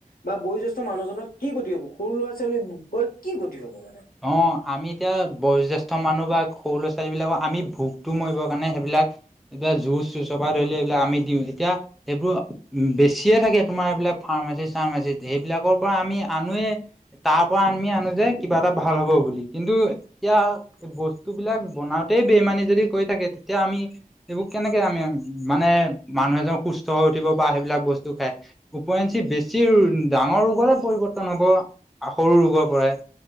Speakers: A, on the left; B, in the centre.
A: বা বয়োজ্যেষ্ঠ পিছত মানুহজনক কি গতি হ'ব, সৰু ল'ৰা-ছোৱালী বোৰৰ কি গতি হ'ব মানে
B: অ' আমি এতিয়া বয়োজ্যেষ্ঠ মানুহ বা সৰু ল'ৰা-ছোৱালীবিলাকৰ আমি ভোকটো মৰিবৰ কাৰণে সেইবিলাক এতিয়া জুচ চুচ পৰা ধৰিলে এইবিলাক আমি দিওঁ। তেতিয়া - সেইবোৰ বেছিয়ে থাকে তোমাৰ এইবিলাক ফাৰ্মাচি- চাৰ্মাচিত সেইবিলাকৰ পৰা আমি আনোৱে। তাৰ পৰা আমি আনো যে কিবা এটা ভাল হব বুলি। কিন্তু এতিয়া - এই বস্তুবিলাক বনাওঁতেই বেইমানি যদি কৰি থাকে, তেতিয়া আমি - এইবোৰ কেনেকে আমি মানে মানুহ এজন সুস্থ হৈ উঠিব বা হেইবিলাক বস্তু খাই। ওপৰেঞ্চি বেছি ডাঙৰ ৰোগৰে পৰিৱৰ্তন হ'ব সৰু ৰোগৰ পৰাই।